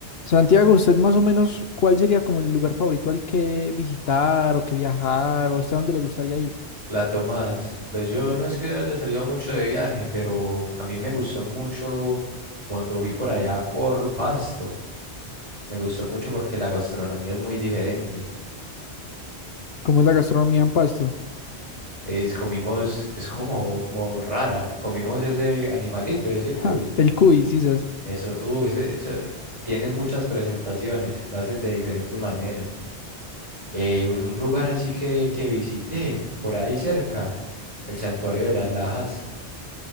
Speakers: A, on the left; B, on the right.
A: Santiago, ¿usted más o menos cuál sería como el lugar favorito al que visitar o que viajar o hasta dónde le gustaría ir?
B: La Tomás, pues yo no es que haya salido mucho de viaje, pero a mí me gustó mucho cuando fui por allá por Pasto. Me gustó mucho porque la gastronomía es muy diferente.
A: ¿Cómo es la gastronomía en Pasto? <laughs>
B: Pues comimos, es como, como rara. Comimos ese animalito, ese cuy.
A: Ja, el cuy, sisas.
B: Eso, uh, ese, eso, tienen muchas presentaciones, lo hacen de diferentes maneras. Eh, un lugar así que, que visité por ahí cerca, el Santuario de las Lajas.